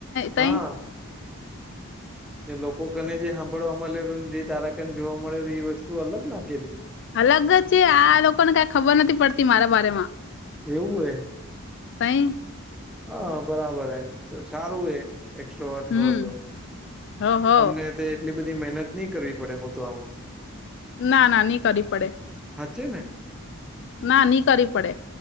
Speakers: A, on the left (about 55°); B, in the centre.
A: તઈ
B: હા એ લોકો કને જે હાભળવા મલેરુ ને જે તારા કન જોવા મળેરુ ઈ વસ્તુ અલગ લાગેરી.
A: અલગ જ હે આ લોકોને કાઈ ખબર નથી પડતી મારા બારેમાં.
B: એવું હે?
A: તઈ.
B: હા બરાબર હે. તો સારું હે. એકસ્ટ્રવટ
A: હમ
B: હો તો.
A: હ હ
B: અમને તે એટલી બધી મહેનત ની કરવી પડે હોધવામાં
A: ના ના ની કરવી પડે.
B: હાચે ને?
A: ના ની કરવી પડે.